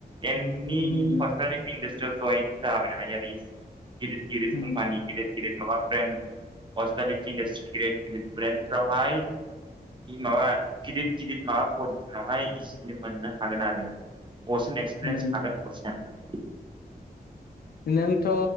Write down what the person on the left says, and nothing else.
उम
उम
उम
नोंथ'